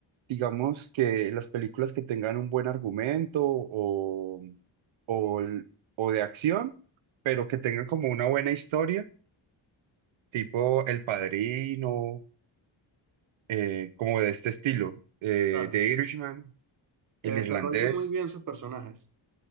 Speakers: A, on the right; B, on the right.
A: digamos que las películas que tengan un buen argumento o, o, el- o de acción, pero que tengan como una buena historia, tipo El Padrino, eh, como de este estilo, eh,
B: Claro,
A: The Irishman,
B: que
A: El
B: desarrollen
A: Irlandés,
B: muy bien sus personajes.